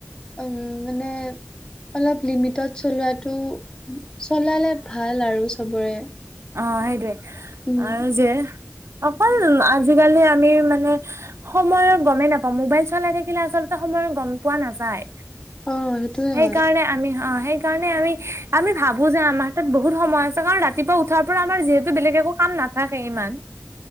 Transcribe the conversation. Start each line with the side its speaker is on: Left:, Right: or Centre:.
Left: উম মানে অলপ লিমিটত চলোৱাটো চলালে ভাল আৰু চবৰে
Right: অ সেইটোৱে
Left: উম
Right: আৰু যে অকল আজিকালি আমি মানে সময় গমেই নাপাওঁ, মোবাইল চলাই থাকিলে আচলতে সময় গম পোৱা নাযায়।
Left: অ সেইটোয়ে
Right: সেইকাৰণে
Left: হয়
Right: আমি অ সেই সেই কাৰণে আমি, আমি ভাবো যে আমাৰ হাতাত বহুত সময় আছে। কাৰণ ৰাতিপুৱা উ তাৰ পৰা আমাৰ যিহেতু বেলেগ একো কাম নাথাকে ইমান,